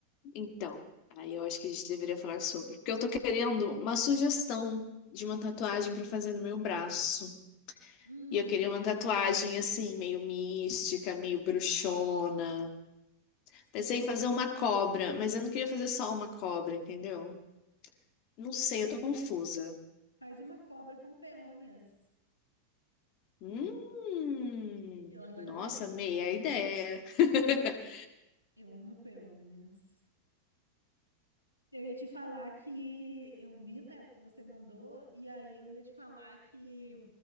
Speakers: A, on the left; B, on the left.
A: Então, aí eu acho que a gente deveria falar sobre. Porque eu tô querendo uma sugestão de uma tatuagem pra fazer no meu braço.
B: Hum,
A: E eu queria uma tatuagem assim, meio mística, meio bruxona.
B: sei.
A: Pensei em fazer uma cobra, mas eu não queria fazer só uma cobra, entendeu? Não sei,
B: Faz,
A: eu tô confusa.
B: faz uma cobra com peônias.
A: Hum,
B: <laughs> Eu adoro
A: nossa,
B: peônias.
A: amei a ideia. <laughs>
B: Eu amo peônias. Eu ia te falar que eu vi, né, o que você mandou, e aí eu ia te falar que